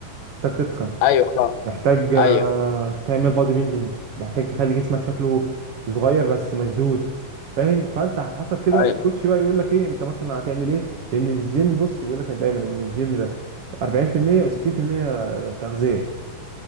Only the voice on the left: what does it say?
ايوه فعلا
ايوه
ايوه